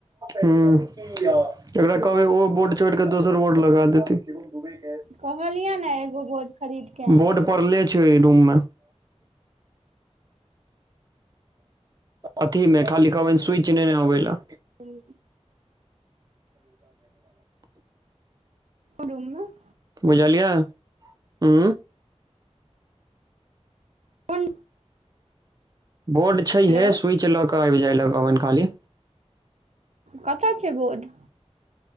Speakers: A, on the right; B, on the right.
A: हूं एकरा
B: छलियै
A: कहबै ओ बोड छोड़ क दोसर वोट लगा देतय
B: कहलियनए ने एगो बोर्ड खरीदके आइन
A: बोर्ड
B: दे
A: पड़ले छै रूम मे अथि मे खालि कहबैन सुइच नेने अबय लै
B: हू <inaudible> <inaudible>
A: रहने वालाै <inaudible> <unintelligible>
B: बूम <inaudible> <inaudible>
A: बुझलियिअ ऊ
B: कोन
A: बोर्ड छैहे
B: हेलो
A: स्विच लऽ कऽ आबि जाय ल कहबैन खाली
B: कत छै बोर्ड